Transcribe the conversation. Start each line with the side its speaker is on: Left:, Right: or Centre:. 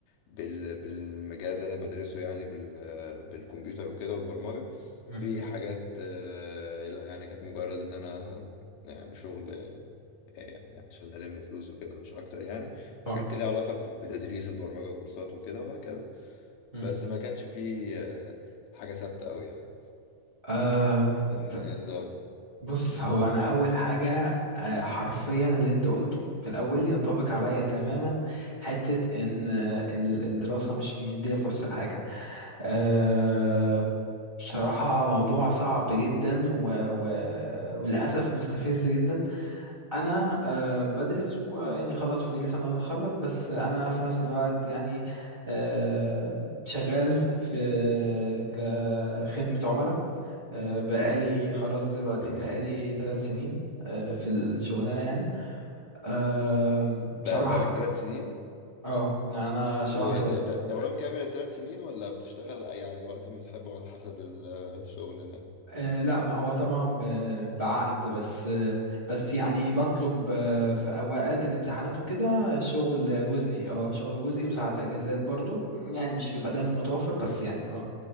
Left: بال بالمجال اللي انا بدرسه يعني بال بالكمبيوتر وكده والبرمجه
Right: مم،
Left: في حاجات آه، لا يعني كانت مجرد ان انا يعني شغل آه، يعني عشان الم فلوس وكده مش اكتر يعني في
Right: اه
Left: حاجات كان ليها علاقه بت- بتدريس البرمجه وكورسات وكده وهكذا
Right: مم.
Left: بس ما كانش فيه آه، حاجه ثابته قوي يعني
Right: آه،
Left: انت
Right: انت-
Left: بقى إيه نظام
Right: بص هو انا اول حاجة آه، حرفيا اللي انت قلته في الاول ينطبق عليا تماما حتة ان آه، ال- الدراسة مش مدية فرصة لحاجة أه بصراحة موضوع صعب جدا و... و... وللأسف مستفز جدا أنا أه بدرس ويعني خلاص فاضلي سنة وأتخرج بس أنا في نفس الوقت يعني أه شغال في كخدمة عملاء أه بقالي خلاص دلوقتي
Left: جميل
Right: بقالي ثلاث سنين أه في الشغلانة يعني أه بصراحة
Left: بقى- بقالك ثلاث سنين
Right: اه يعني أنا شهر
Left: وده ده دوام كامل الثلاث سنين ولا بتشتغل يعني وقت ما تحبه على حسب الشغل
Right: آه، لا ما هو طبعا ب- بعقد بس آه، بس يعني بطلب آه، في اوقات الامتحانات وكده شغل جزئي اه شغل جزئي وساعات اجازات برضو يعني مش بيبقى دايما متوفر بس
Left: جميل
Right: يعني اه